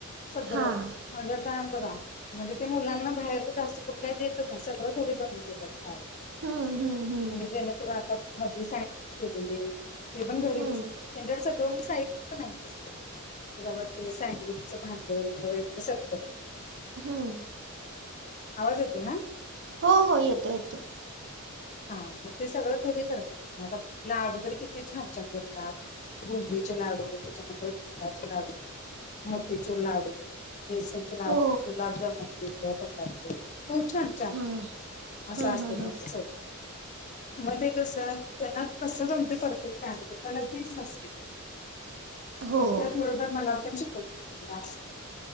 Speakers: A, on the left; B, on the right.
A: सगळं
B: हां
A: म्हणजे आता बघा. म्हणजे, ते मुलांना बाहेर जास्त करून, काही देतचं नाही, सगळं घरी बनवून देतात खायला.
B: हम्म, हम्म, हम्म
A: म्हणजे, तेनी करून आता मध्ये, सँडविच केलेले ते पण घरीचं.
B: हम्म
A: त्यांच्याकडे सगळं साहित्य पण आहे तस, कि बाबा ते सँडविचचं भांडण, वगैरे, सगळं
B: हम्म,
A: आवाज येतोय!
B: हो, हो येतंय, येतंय,
A: हा, मग ते सगळं कधी करतात. तुम्ही आता? लाडू, वगैरे किती छान- छान करतात, बुंदीचे लाडू, त्याच्यानंतर डिंकाचे लाडू. मोती चुरलाडू, बेसनचे लाडू,
B: हो
A: गुलाबजामन करतात ते, खूप छान -छान.
B: हां
A: असं,
B: हां
A: असतं
B: हां हां
A: त्यांचं सगळं. मध्ये कसं, त्यांना कसं जमते परफेक्ट काय माहिती, का लगेच असते.
B: हो
A: त्या, थोडंफार मला आपण शिकवतात असं.